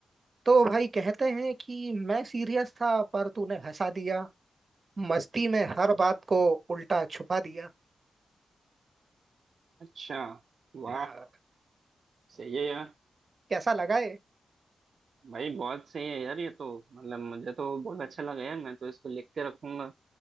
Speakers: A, on the right; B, on the right.
A: तो भाई कहते हैं कि मैं सीरियस था पर तूने हंसा दिया मस्ती में हर बात को उल्टा छुपा दिया
B: अच्छा वाह
A: हाँ
B: सही है यार
A: कैसा लगा ये
B: भाई बहुत सही है यार ये तो मतलब मुझे तो बहुत अच्छा लगा यार मैं तो इसको लिख के रखूंगा